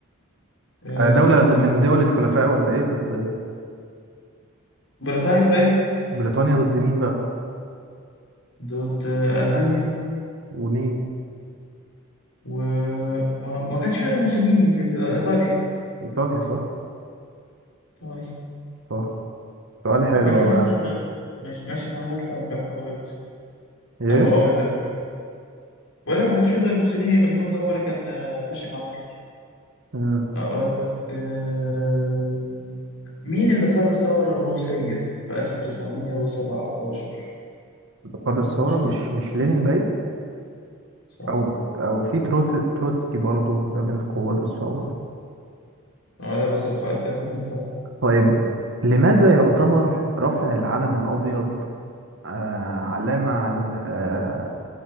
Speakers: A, on the left; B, on the right.
A: آه،
B: آه، دولة
A: استنى
B: د- من دول الحلفاء ولا إيه ضد
A: بريطانيا طيب
B: بريطانيا ضد مين بقى
A: ضد ألمانيا
B: ومين
A: وما ما كانش في غير موسوليني اللي آه، إيطاليا
B: إيطاليا صح
A: طيب
B: صح سؤال حلو
A: هو كان في
B: أوي
A: حد
B: يا عم
A: غير- مش ماشي مع هتلر المجنون ده غير موسوليني
B: إيه
A: طب أقول لك بقول لك ما كانش في غير موسوليني المجنون ده هو اللي كان آه، ماشي مع هتلر
B: مم.
A: أقول لك آه، مين اللي قاد الثورة الروسية في 1917
B: قاد
A: حد
B: الثورة
A: مشهور
B: مش مش لينين باين
A: صح
B: أو أو في تروت تروتسكي برضو ده من قواد الثورة
A: ولا بس القائد كان لينا طبعا
B: طيب لماذا يعتبر رفع العلم الأبيض آه علامة على ال- آه